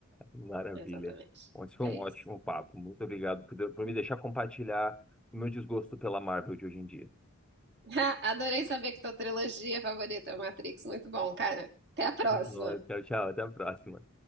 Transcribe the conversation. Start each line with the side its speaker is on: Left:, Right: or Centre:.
Centre: Maravilha.
Right: Exatamente.
Centre: Bom, esse foi
Right: É
Centre: um ótimo
Right: isso.
Centre: papo. Muito obrigado por, de- por me deixar compartilhar o meu desgosto pela Marvel de hoje em dia.
Right: <laughs> Adorei saber que tua trilogia favorita é o Matrix. Muito bom, cara. Até a próxima.
Centre: Muito bom. Tchau, tchau. Até a próxima.